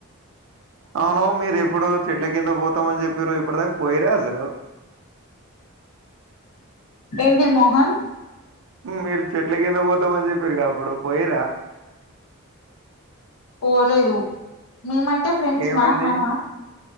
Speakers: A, on the right; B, on the left.
A: అవును మీరు ఎప్పుడు చెట్ల కింద పోతామని చెప్పిరు ఇప్పటిదాకా పోయిరా అసలు
B: ఏంటిది మోహన్
A: మీరు చెట్ల కిందకి పోతామని చెప్పిరు గా అప్పుడు పోయరా
B: పోలేదు మేమంటే ఫ్రెండ్స్
A: ఏమైంది
B: మా మనమా